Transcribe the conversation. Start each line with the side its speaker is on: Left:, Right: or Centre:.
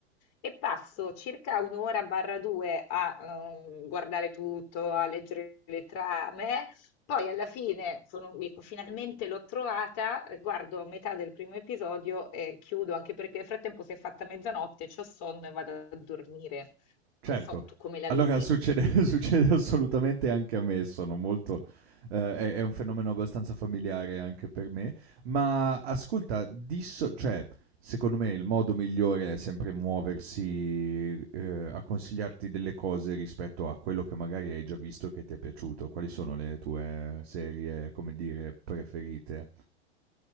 Left: E passo circa un'ora barra due a ehm, guardare tutto, a leggere le trame. Poi alla fine sono- dico, finalmente l'ho trovata, eh, guardo metà del primo episodio e chiudo, anche perché nel frattempo si è fatta mezzanotte, c'ho sonno e vado a dormire.
Right: certo.
Left: Non so tu come la
Right: Allora
Left: vivi.
Right: succede <laughs> succede assolutamente anche a me, sono molto ehm, è è un fenomeno abbastanza familiare anche per me, ma ascolta, disso cioè, secondo me il modo migliore è sempre muoversi, ehm, a consigliarti delle cose rispetto a quello che magari hai già visto e che ti è piaciuto. Quali sono le tue serie, come dire, preferite?